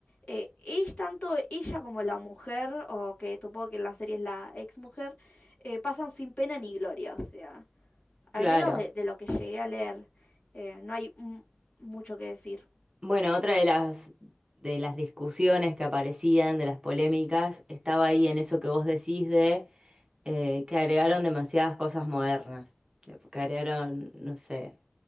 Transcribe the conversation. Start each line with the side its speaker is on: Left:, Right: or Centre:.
Left: eh, es tanto ella como la mujer, o que supongo que en la serie es la ex mujer, eh, pasan sin pena ni gloria. O sea,
Right: Claro.
Left: al menos de, de lo que llegué a leer, eh, no hay mucho que decir.
Right: Bueno, otra de las, de las discusiones que aparecían, de las polémicas, estaba ahí en eso que vos decís de eh, que agregaron demasiadas cosas modernas, que agregaron, no sé,